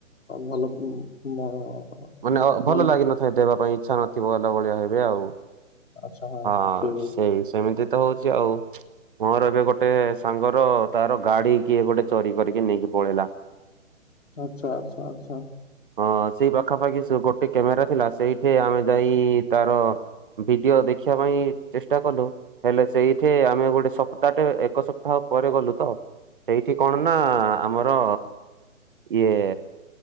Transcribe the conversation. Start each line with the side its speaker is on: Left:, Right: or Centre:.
Left: ଭଲ <unintelligible>
Right: ମାନେ
Left: ମନ
Right: ଭଲ ଲାଗିନଥାଏ ଦେବା ପାଇଁ ଇଚ୍ଛା ନଥିବ ଅଲ ଭଳିଆ ହେବେ ଆଉ
Left: ଆଚ୍ଛା
Right: ହଁ
Left: ସେଇଭଳି
Right: ସେଇ ସେମିତି ତ ହଉଛି ଆଉ ମୋର ଏବେ ଗୋଟେ ସାଙ୍ଗର ତାର ଗାଡି କିଏ ଗୋଟେ ଚୋରି କରିକି ନେଇକି ପଳେଇଲା <inaudible>
Left: ଆଚ୍ଛା ଆଚ୍ଛା ଆଚ୍ଛା
Right: ହଁ ସେଇ ପାଖାପାଖି ଗୋଟେ କ୍ୟାମେରା ଥିଲା ସେଇଠି ଆମେ ଯାଇ ତାର ଭିଡିଓ ଦେଖ। ଶଖିବା ପାଇଁ ଚେଷ୍ଟା କଲୁ ହେଲେ ସେଇଠି ଆମେ ଗୋଟେ ସପ୍ତାହଟେ ଏକ ସପ୍ତାହ ପରେ ଗଲୁ ତ ସେଇଠି କଣ ନା ଆମର ଇଏ